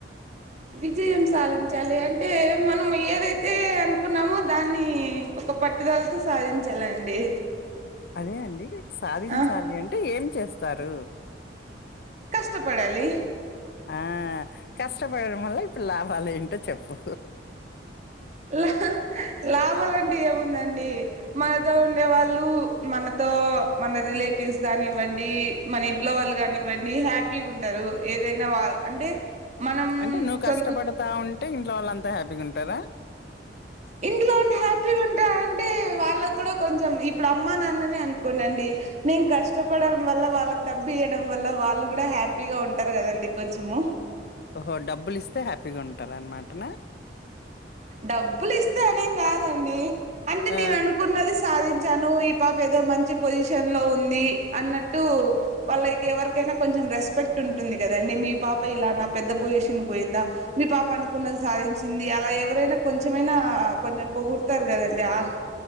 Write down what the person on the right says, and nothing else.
విజయం సాధించాలి అంటే మనం ఏదైతే అనుకున్నామో దాన్ని ఒక పట్టుదలతో సాధించాలండి
ఆ
కష్టపడాలి
లా లాభాలంటే ఏముందండి మనతో ఉండే వాళ్ళు మనతో మన రిలేటివ్స్ గానివ్వండి మన ఇంట్లో వాళ్ళు గానివ్వండి హ్యాపీగా ఉంటరు ఏదైనా వా అంటే మనం
సొ
ఇంట్లో ఉండి హ్యాపీగా ఉంటారంటే వాళ్ళకు కూడా కొంచెం ఇప్పుడు అమ్మ నాన్నని అనుకోండండి నేను కష్టపడడం వల్ల వాళ్ళకి డబ్బు ఇయడం వల్ల వాళ్ళు కూడా హ్యాపీగా ఉంటారు కదండి కొంచెము
డబ్బులు ఇస్తే అనేం కాదండి అంటే
నేను అను కున్నది సాధించాను ఈ పాప ఏదో మంచి పొజిషన్లో ఉంది అన్నట్టు వాళ్ళకి ఎవరికైనా కొంచెం రెస్పెక్ట్ ఉంటుంది కదండి మీ పాప ఇలా నా పెద్ద పొజిషన్ పోయిందా మీ పాప అనుకున్నది సాధిం చ్చింది అలా ఎవరైనా కొంచమైనా కొంచెం పొగుడతారు కదండి ఆ